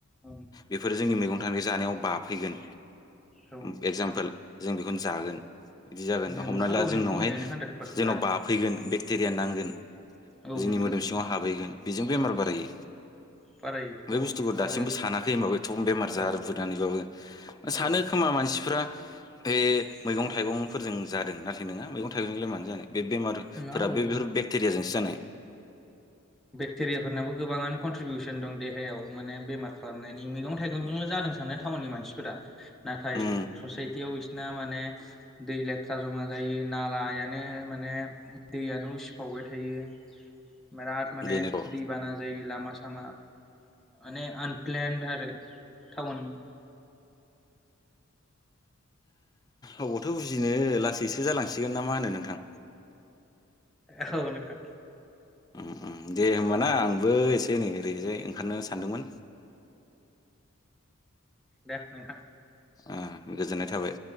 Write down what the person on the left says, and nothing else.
बेफोर जोंनि मेगं नोंथांनि जानायाव बाफैगोन
बे जामपोल जों बेखौनो जागोन बिदि जागोन। दा
हमनानै ला जोंनावहाय
जोंनाव
बाफैगोन बेक्टेरिया नांगोन
जोंनि
मोदोम सिङाव हाबहैगोन बेजों बेमार बारायो
बे बुस्थुखौ दासिमबो
सानाखै होमबाबो एथ'बां बेमार जा
बुदानैबाबो। सानो
खोमा मानसिफ्रा बे मैगं थाइगंफोरजों जादों नाथाय नोङा मैगं थाइगंजोंलाय मानो जानो। बे बेमारफोरा
बेफोर
बेक्टेरियाजों सो जानाय।
उम
बेनोथ'
अबावथ' बुजिनो लासैसो जालांसिगोन ना मा होनो नोंथां।
उम उम दे होमबाना आंबो एसे नै ओरैजाय ओंखारनो सानदोंमोन।
ओ गोजोननाय थाबाय।